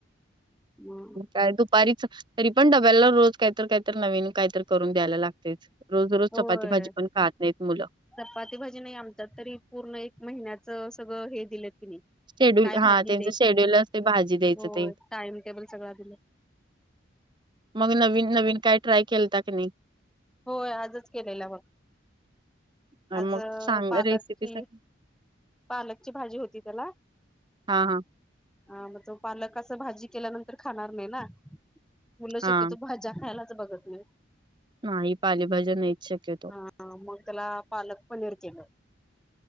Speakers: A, in the centre; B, on the right (about 25°).
A: मग
B: काय दुपारीच तरी पण डब्याला रोज काहीत काही तर नवीन काहीत करून द्यायला लागत. रोज रोज
A: होय
B: चपाती भाजी पण खात नाहीत मुलं.
A: चपाती, भाजी नाही आवडत तरी पूर्ण एक महिन्याच सगळं हे दिलं तिने
B: शेड्यूल
A: काय
B: हा
A: भाजी
B: त्यांचं
A: द्यायची
B: शेड्यूल अस ते भाजी द्यायचं
A: होय
B: ते
A: टाइम टेबल सगळं दिलं.
B: मग नवीन नवीन काय ट्राय केलता की नाही?
A: होय आजच केलेलं मग
B: अ,
A: आज
B: मग सांग
A: पालकची
B: रेसिपी सांग
A: पालकची भाजी होती त्याला
B: हा हा
A: ह मग तो पालकाच भाजी केल्यानंतर खाणार नाही ना मुलं
B: हा
A: शक्यतो भाजी खायलाच बघत नाही.
B: नाही ह पालेभज्या नाहीच शक्यत.
A: हा मग त्याला पालक पनीर केलं